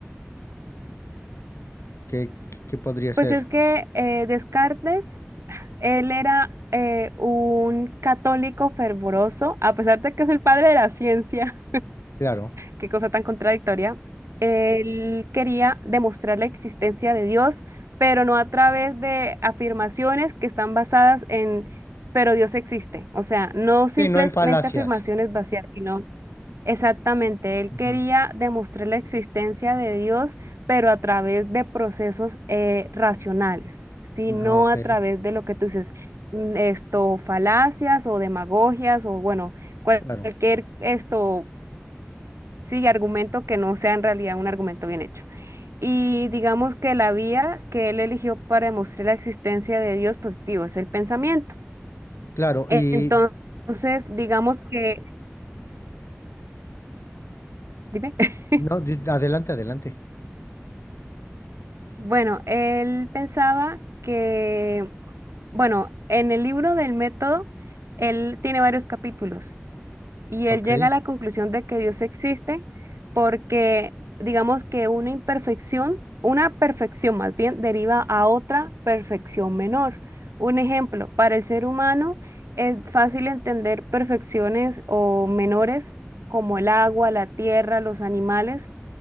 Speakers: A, on the left; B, on the right.
A: ¿Qué, qué podría ser?
B: pues es que eh, Descartes, él era eh, un católico fervoroso, a pesar de que es el padre de la ciencia.
A: Claro.
B: qué cosa tan contradictoria. Él quería demostrar la existencia de Dios, pero no a través de afirmaciones que están basadas en, pero Dios existe. O sea, no simplemente
A: Sí, no en falacias.
B: afirmaciones vacías, sino exactamente, él
A: Ujú.
B: quería demostrar la existencia de Dios, pero a través de procesos eh, racionales, ¿sí? No
A: Ah, ok,
B: a través de lo que tú dices, mm, esto, falacias o demagogias o bueno cualquier
A: claro.
B: esto Sí, argumento que no sea en realidad un argumento bien hecho. Y digamos que la vía que él eligió para demostrar la existencia de Dios, pues digo, es el pensamiento.
A: Claro,
B: E-
A: y
B: Entonces, digamos que, dime, <laughs>
A: no, di- adelante, adelante.
B: bueno, él pensaba que, bueno, en el libro del método, él tiene varios capítulos. Y él
A: Ok,
B: llega a la conclusión de que Dios existe porque, digamos que una imperfección, una perfección más bien, deriva a otra perfección menor. Un ejemplo, para el ser humano es fácil entender perfecciones o menores como el agua, la tierra, los animales,